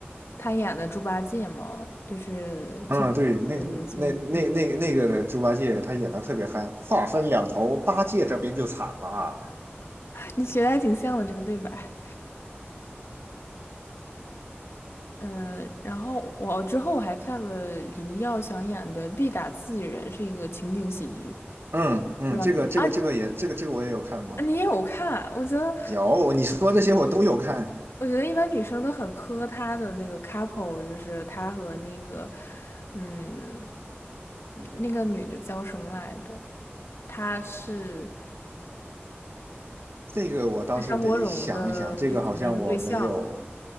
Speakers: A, on the left; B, on the right.
A: 他演的猪八戒嘛，就是
B: 嗯，
A: TV
B: 对，那那那那那个的猪八戒他演的特别嗨，
A: 拍的《西游记》，
B: 话分两头，八戒这边就惨了。
A: <laughs> 你学的还挺像的这个对白。嗯，然后我之后我还看了黎耀祥演的《必打自己人》，是一个情景喜剧，
B: 嗯嗯，
A: 不知道你啊
B: 这个这个这个也这个这个我也有看过，
A: 啊你也有看？我觉得。
B: 有你说这些我都有看，
A: 我觉得一般女生都很磕他的那个 couple，就是他和那个，嗯，那个女的叫什么来的？她是
B: 这个我倒是得想一想，
A: 是张国荣的之前的一个对象，
B: 这个好像我没有